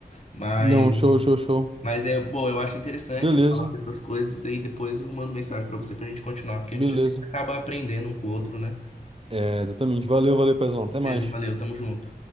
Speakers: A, on the left; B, on the right.
A: Mas,
B: Não, show, show, show.
A: mas é, bom, eu acho interessante
B: Beleza,
A: falar dessas coisas aí depois eu mando mensagem pra você pra gente continuar, porque
B: beleza.
A: a gente sempre acaba aprendendo um com o outro, né?
B: É, exatamente. Valeu, valeu, Pezão. Até
A: Beleza,
B: mais.
A: valeu, tamo junto.